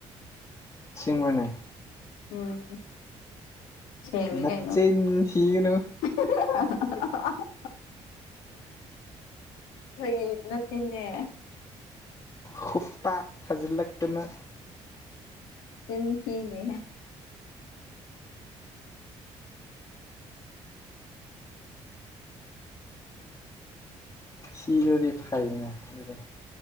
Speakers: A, on the left; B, on the left.
A: ꯁꯤꯡꯕ꯭ꯔꯅꯦ
B: ꯎꯝ ꯁꯦꯡꯉꯤ
A: ꯅꯆꯤꯟ
B: ꯀꯩꯅꯣ
A: ꯊꯤꯒꯅꯨ
B: <unintelligible> ꯐꯩ ꯅꯠꯇꯦꯅ
A: ꯈꯨꯞꯄꯥꯛ ꯊꯥꯖꯤꯜꯂꯛꯇꯅ
B: ꯇꯤꯟ ꯇꯅꯦ
A: ꯁꯤꯗ꯭ꯔꯗꯤ ꯐꯥꯏꯅ ꯑꯗꯨꯗ